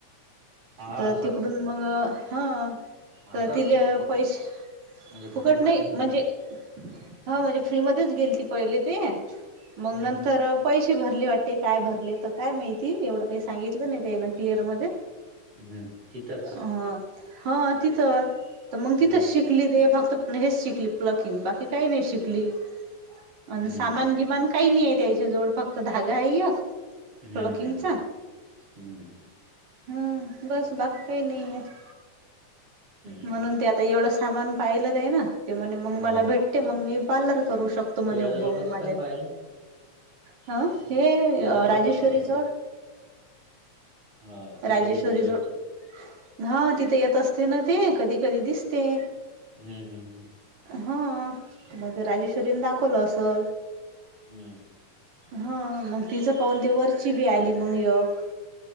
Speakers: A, on the right; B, on the right.
A: हा
B: तर
A: असंच
B: तिकडून मग हा
A: असंच
B: तर तिला
A: फुकट
B: पैसे
A: म्हणजे
B: फुकट
A: फ्री
B: नाही
A: मध्ये शिकली
B: म्हणजे हा म्हणजे फ्री मच गेली ती पहिले ते
A: हम्म
B: मग नंतर पैसे भरले वाटते काय भरले तर काय माहिती एवढं काही सांगितलं नाही त्यान क्लिअर मध्ये
A: हम्म तिथंच
B: अ हा तिथं तर मग
A: हम्म
B: तिथंच शिक शिकली ते फक्त हेच शिकली प्लकिंग बाकी काही नाही शिकली अ
A: हम्म
B: सामान गिमान काही नाही आहे त्याच्या जवळ फक्त धागा आहे य
A: हम्म
B: प्लकिंग
A: हम्म
B: चा
A: हम्म
B: हम्म बस बाकी काही नाही आहे
A: हम्म
B: म्हणून ते आता एवढंच सामान पाहिलं जा ना ते म्हणे मग
A: हम्म
B: मला भेटते मग मी पार्लर करू शक म्हणे
A: तुझ्याजवळ
B: उभ म
A: कसं
B: माझ्या
A: काय पाहिलं
B: हा हे
A: तुझ्याजवळ
B: राजेश्वरी
A: कसं काय पाहिलं
B: जवळ
A: हा तिथं
B: राजेश्वर
A: गेलती वाटते
B: जवळ. हा तिथं येत असते ना ते कधी कधी दिसते.
A: हम्म हम्म हम्म.
B: हा मग ते राजेश्वरीने दाखवलं असल
A: हम्म.
B: हा मग तिचं पाहून त वरची बी आली मग एक